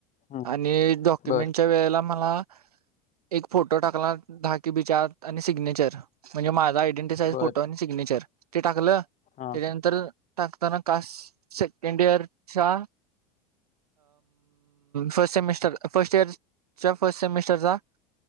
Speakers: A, on the left; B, on the right.
A: हं,
B: आणि डॉक्युमेंटच्या
A: बर
B: वेळेला मला एक फोटो टाकला दहा कि बी च्या आत आणि सिग्नेचर म्हणजे माझा आय डी साईझ
A: बर
B: फोटो आणि सिग्नेचर ते टाकलं
A: हां
B: त्याच्यानंतर टाकताना कास्ट स सेकंडिअरच्या फस्ट सेमिस्टर फस्ट इयरच्या फस्ट सेमिस्टरचा